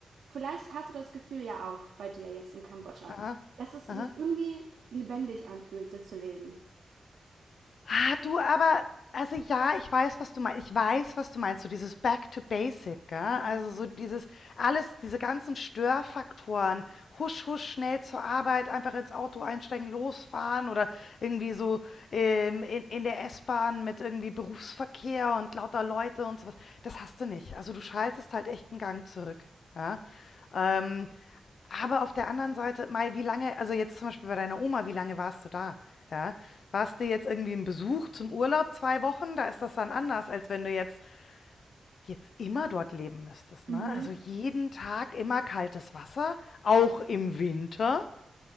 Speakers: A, on the right; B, on the left.
A: vielleicht hast du das Gefühl ja auch bei dir jetzt in Kambodscha,
B: Aha.
A: dass es sich
B: Aha.
A: irgendwie lebendig anfühlt, so zu leben.
B: Ah, du, aber, also ja, ich weiß, was du meinst. Ich weiß, was du meinst. So dieses Back to Basic, gell? Also
A: Ja.
B: so dieses, alles, diese ganzen Störfaktoren. Husch, husch, schnell zur Arbeit, einfach ins Auto einsteigen, losfahren oder irgendwie so ähm, in, in der S-Bahn mit irgendwie Berufsverkehr und lauter Leute und sowas. Das hast du nicht. Also du schaltest halt echt einen Gang zurück. Ja? Ähm, aber auf der anderen Seite, Mai, wie lange, also jetzt zum Beispiel bei deiner Oma, wie lange warst du da? Ja, warst du jetzt irgendwie im Besuch zum Urlaub zwei Wochen? Da ist das dann anders, als wenn du jetzt, jetzt immer dort leben müsstest.
A: Mhm.
B: Ne? Also jeden Tag immer kaltes Wasser, auch im Winter.